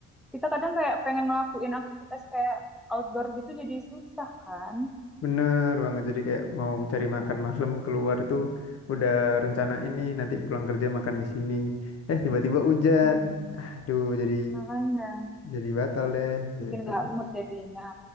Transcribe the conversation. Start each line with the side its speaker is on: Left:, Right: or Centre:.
Centre: kita kadang kayak pengen ngelakuin aktivitas kayak outdoor gitu jadi susah kan?
Left: bener banget jadi kayak
Centre: Hmm,
Left: mau cari
Centre: Ya,
Left: makan malam keluar itu udah rencana ini nanti pulang kerja makan di sini. Eh tiba-tiba hujan.
Centre: Mm-mm.
Left: Aduh, jadi
Centre: Makanya
Left: jadi batal deh
Centre: bikin
Left: gitu.
Centre: nggak mood jadinya.